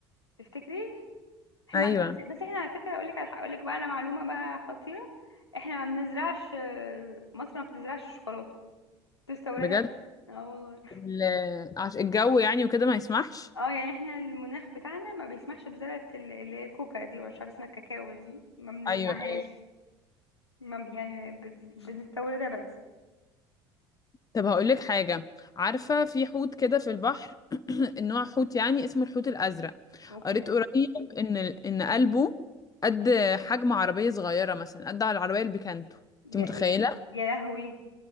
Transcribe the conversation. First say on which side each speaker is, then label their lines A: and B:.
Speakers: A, on the left; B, on the left.
A: تفتكري احنا
B: ايوه
A: بس, بس احنا على فكرة اقول لك على اقول لك بقى على معلومة بقى خطيرة احنا ما بنزرعش آه، مصر ما بتزرعش الشوكولاتة بتستوردها
B: بجد
A: بس اه والله
B: ال- عش- الجو يعني وكده ما يسمحش
A: <laughs> اه يعني احنا المناخ بتاعنا ما بيسمحش بزراعة ال- اللي هي الكوكا دي ولا مش عارفة اسمها الكاكاو دي ما بنزرعهاش
B: ايوه ايوه
A: ما- يعني بت- بنستوردها بس
B: طب هقول لك حاجة عارفة في حوت كده في البحر النوع حوت يعني اسمه الحوت الأزرق
A: اوكي
B: قريت قريب إن إن قلبه قد حجم عربية صغيرة مثلا قد على العربية البيكانتو
A: يا
B: انت متخيلة؟
A: إيه، يا لهوي